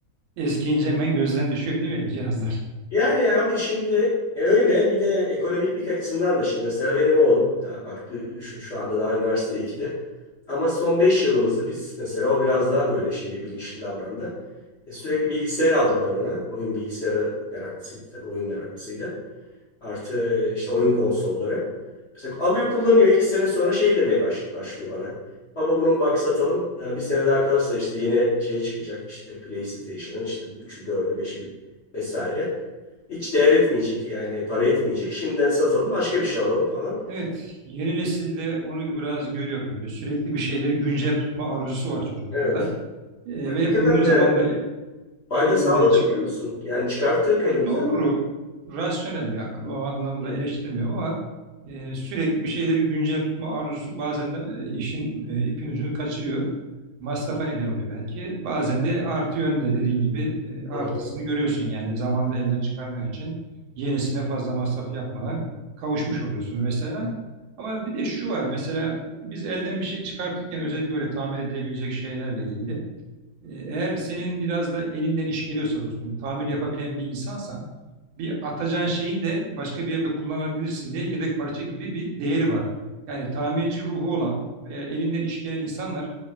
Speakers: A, on the right; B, on the left.
A: Eskiyince hemen gözden düşüyor değil mi cihazlar?
B: Yani abi şimdi e, öyle bir de ekonomiklik açısından da şimdi mesela benim oğlum ya bak dü- düşün şu anda daha üniversite ikide ama son 5 yılımızı biz mesela o biraz daha böyle şey bilinçli davrandı. E, sürekli bilgisayar aldım ben ona. Oyun bilgisayarı meraklısıydı tabii oyun meraklısıydı. Artı işte oyun konsolları. Mesela alıyor kullanıyor. iki sene sonra şey demeye baş- başlıyor bana. Baba bunu bak satalım. Ya bir sene daha kalırsa işte yeni şey çıkacak. İşte PlayStation'ın işte üçü dördü beşi vesaire. Hiç değer etmeyecek yani para etmeyecek. Şimdiden satalım başka bir şey alalım falan.
A: Evet, yeni nesilde onu biraz görüyorum böyle sürekli bir şeyleri güncel tutma arzusu var çocuklarda
B: Evet.
A: E,
B: Hakikaten
A: ve uygun
B: de
A: zamanda
B: fayda
A: elimden
B: sağladı
A: çıkan
B: biliyor musun? Yani çıkarttık
A: Ha,
B: elimizden.
A: doğru, rasyonel bir akıl. O anlamda
B: Hı
A: eleştirmiyorum ama e, sürekli bir şeyleri güncel tutma arzusu bazen de e, işin e, ipin ucunu kaçırıyor. Masrafa neden oluyor belki. Bazen de artı yönde dediğin gibi e, artısını
B: hı, hı.
A: görüyorsun. Yani zamanda elden çıkardığın için yenisine fazla masraf yapmadan kavuşmuş oluyorsun mesela. Ama bir de şu var mesela biz elden bir şey çıkartırken özellikle böyle tamir edilebilecek şeylerle ilgili e, eğer senin biraz da elinden iş geliyorsa dostum, tamir yapabilen bir insansan bir atacağın şeyin de başka bir yerde kullanabilirsin diye yedek parça gibi bir değeri var. Yani tamirci ruhu olan veya elinden iş gelen insanlar